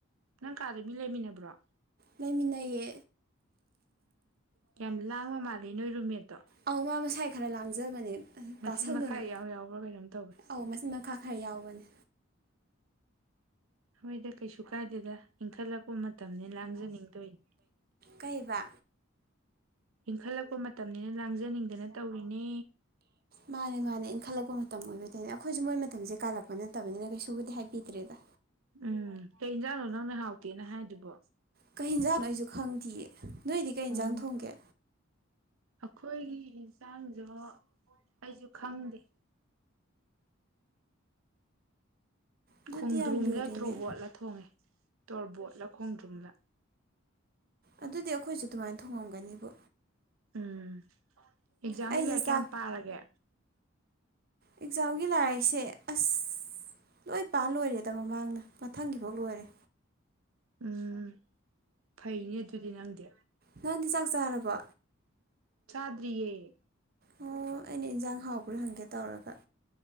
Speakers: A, on the right; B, on the right.
A: ꯅꯪ ꯀꯥꯗ ꯃꯤ ꯂꯩꯃꯤꯟꯅꯕ꯭ꯔꯣ ꯑꯝ
B: ꯂꯩꯃꯤꯟꯅꯩꯌꯦ
A: ꯀꯌꯥꯝ ꯂꯥꯡꯕ ꯃꯥꯜꯂꯦ ꯅꯣꯏ ꯔꯨꯝꯃꯦꯠꯇꯣ
B: ꯑꯧ ꯃꯥ ꯃꯁꯥꯏ ꯈꯔ ꯂꯥꯡꯖꯕꯅꯦ
A: ꯃꯆꯤꯟ
B: ꯇꯥꯁꯜꯂꯨꯅꯨ
A: ꯃꯈꯥ ꯏꯌꯥꯎ ꯌꯥꯎꯕ꯭ꯔꯥ ꯀꯩꯅꯣꯝ ꯇꯧꯋꯦ
B: ꯑꯧ ꯃꯆꯤꯟ ꯃꯈꯥ ꯈꯔ ꯌꯥꯎꯕꯅꯦ
A: ꯍꯣꯏꯗ ꯀꯩꯁꯨꯨ ꯀꯥꯏꯗꯦꯗ ꯏꯟꯈꯠꯂꯛꯄ ꯃꯇꯝꯅꯤ ꯂꯥꯡꯖꯅꯤꯡꯗꯣꯏꯅꯤ
B: ꯀꯩꯕ
A: ꯏꯪꯈꯠꯂꯛꯄ ꯃꯇꯝꯅꯤꯅ ꯂꯥꯡꯖꯅꯤꯡꯗꯅ ꯇꯧꯔꯤꯅꯦ
B: ꯃꯥꯅꯦ ꯃꯥꯅꯦ ꯏꯟꯈꯠꯂꯛꯄ ꯃꯇꯝ ꯑꯣꯏꯕ ꯇꯅ ꯑꯩꯈꯣꯏꯁꯨ ꯃꯣꯏ ꯃꯇꯝꯁꯦ ꯀꯥꯜꯂꯛꯄ ꯅꯠꯇꯕꯅꯤꯅ ꯀꯩꯁꯨꯕꯨꯗꯤ ꯍꯥꯏꯕꯤꯗ꯭ꯔꯦꯗ
A: ꯎꯝ ꯀꯩ ꯌꯦꯟꯖꯥꯡꯅꯣ ꯅꯪꯅ ꯍꯥꯎꯇꯦꯅ ꯍꯥꯏꯗꯨꯕꯣ
B: ꯀꯩ ꯌꯦꯟꯖꯥꯡꯅꯣ ꯑꯩꯁꯨ ꯈꯪꯗꯦꯌꯦ ꯅꯣꯏꯗꯤ ꯀꯩ
A: ꯑꯣ
B: ꯌꯦꯟꯁꯥꯡ ꯊꯣꯡꯒꯦ
A: ꯑꯩꯈꯣꯏꯒꯤ ꯏꯟꯁꯥꯡꯗꯨ ꯑꯩꯁꯨ ꯈꯪꯗꯦ
B: ꯑꯗꯨꯗꯤ
A: ꯈꯣꯡꯗ꯭ꯔꯨꯝꯂ
B: ꯌꯥꯝ ꯂꯨꯔꯤꯅꯦ
A: ꯇ꯭ꯔꯣꯕꯣꯠꯂ ꯊꯣꯡꯉꯦ ꯇꯣꯔꯕꯣꯠꯂ ꯈꯣꯡꯗ꯭ꯔꯨꯝꯂꯥ
B: ꯑꯗꯨꯗꯤ ꯑꯩꯈꯣꯏꯁꯨꯦ ꯑꯗꯨꯃꯥꯏꯅ ꯊꯨꯡꯉꯝꯒꯅꯤꯕꯨ
A: ꯎꯝ ꯑꯦꯛꯖꯥꯝꯒꯤ
B: ꯑꯩꯁꯦ
A: ꯂꯩꯔꯤꯛ
B: ꯆꯥꯛ
A: ꯀꯌꯥꯝ ꯄꯥꯔꯒꯦ
B: ꯑꯦꯛꯖꯥꯝꯒꯤ ꯂꯥꯏꯔꯤꯛꯁꯦ ꯑꯁ ꯂꯣꯏ ꯄꯥ ꯂꯣꯏꯔꯦꯗ ꯃꯃꯥꯡꯅ ꯃꯊꯪꯈꯤꯕꯥꯑꯣ ꯂꯣꯏꯔꯦ
A: ꯎꯝ ꯐꯩꯅꯦ ꯑꯗꯨꯗꯤ ꯅꯪꯗꯤ
B: ꯅꯪꯗꯤ ꯆꯥꯛ ꯆꯥꯔꯕꯣ
A: ꯆꯥꯗꯔꯤꯌꯦ <inaudible>
B: ꯑꯣ ꯑꯩꯅ ꯏꯟꯖꯥꯡ ꯍꯥꯎꯕ꯭ꯔꯥ ꯍꯪꯒꯦ ꯇꯧꯔꯒ